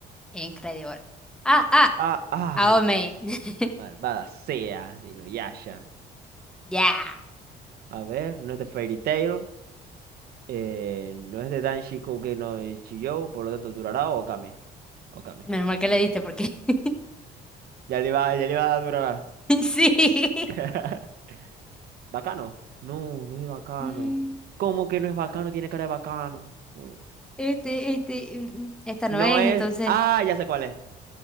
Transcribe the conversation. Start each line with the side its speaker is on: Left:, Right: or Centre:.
Centre: Increíble. Ah, ah,
Right: Ah, ay,
Centre: Aome. <laughs>
Right: malvada sea, de Inuyasha.
Centre: Ya.
Right: A ver, no es de Fairy Tail, eh, no es de Danshi Koukei no Chiyou, por lo tanto, Durará o Okame. Okame.
Centre: Menos mal que le diste porque. <laughs>
Right: Ya le va, ya le va a dar Durará.
Centre: Sí.
Right: <laughs> ¿Bacano? No, no es de bacano.
Centre: Mm,
Right: ¿Cómo que no es bacano? Tiene cara de bacano. No.
Centre: Este, este, mm, mm, esta
Right: No
Centre: no es,
Right: es.
Centre: entonces.
Right: Ah, ya sé cuál es.